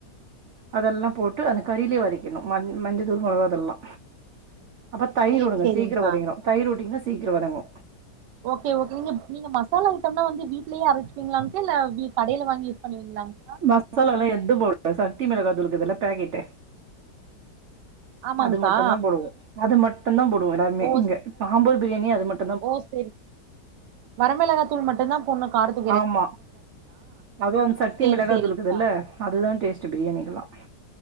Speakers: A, on the right (about 60°); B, on the right (about 80°).
A: அதெல்லா போட்டு அந்த கறிலயே வதக்கிட்னு ம மஞ்ச தூள் மொளவா தூள்ளா அப்ப தயிர்
B: சேரி
A: வுடுங்க
B: சேரிங்க்கா
A: சீக்ர வதங்கிறோ தயிர்வுட்டீங்னா சீக்கிர வதங்கு
B: ஓகே ஓகே நீங்க நீங்க மசால ஐட்டம்லா வந்து வீட்லயே அரைச்சுப்பீங்ளாங்கா கடைல வாங்கி யூஸ் பண்ணுவீங்ளாங்கா
A: மசாலாலா எந்த போடு சக்தி மிளகாதூள்கீது இல்ல பாக்கெட்
B: ஆமாங்க்கா
A: அது மட்டும்தா போடுவோ அது மட்டும்தா போடுவோ எல்லாருமே
B: ஓ
A: இங்க ஆம்பூர் பிரியாணி அது மட்
B: ஓ சேரி வரமிளகாதூள் மட்டு தா போட்னு காரதுக்
A: ஆமா அதும் அந்த சக்தி
B: சேரி
A: மிளகா
B: சேரிங்க்கா
A: தூள்குதுல்ல அதுதா டேஸ்ட் பிரியாணிக்கல்லா